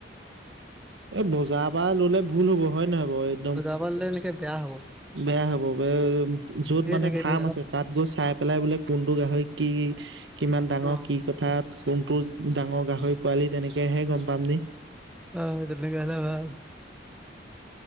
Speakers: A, on the right (about 85°); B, in the centre.
A: এই বজাৰ পৰা ললে ভুল হ'ব হয় নহয় বাও?
B: বজাৰ পা ল'লে এনেকে বেয়া হব।
A: বেয়া হ'ব ব য'ত
B: ধেৰ
A: মানে
B: থাকে
A: ফাৰ্ম
B: এইটো
A: আছে তাত গৈ চাই পেলাই বোলে কোনটো গাহৰি কি? কিমান ডাঙৰ
B: অ'।
A: কি কথাত কোনটো ডাঙৰ গাহৰি পোৱালি তেনেকে হে গম পাম নে?
B: অ তেনেকে হ'লে ভাল।